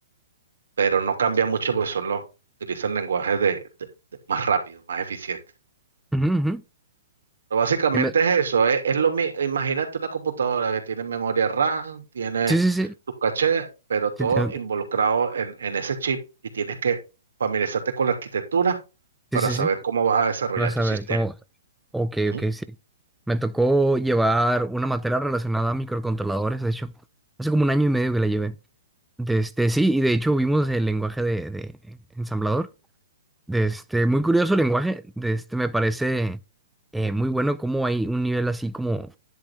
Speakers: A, on the right; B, in the centre.
A: pero no cambia mucho porque son los, utilizan lenguajes de, de- de- más rápido, más eficientes.
B: ujú, ujú.
A: Pero básicamente
B: En vez-
A: es eso, es, es lo mi- Imagínate una computadora que tiene memoria RAM, tiene
B: Sí, sí, sí,
A: tu caché, pero todo
B: sí, te-
A: involucrado en, en ese chip y tienes que familiarizarte con la arquitectura
B: sí,
A: para
B: sí,
A: saber
B: sí.
A: cómo vas a desarrollar
B: Vas
A: tu
B: a
A: sistema.
B: ver cómo. Ok,
A: Ujú.
B: ok, sí. Me tocó llevar una materia relacionada a microcontroladores, de hecho. Hace como un año y medio que la llevé. De este, sí, y de hecho vimos el lenguaje de, de ensamblador. De este, muy curioso el lenguaje. De este, me parece eh, muy bueno como hay un nivel así como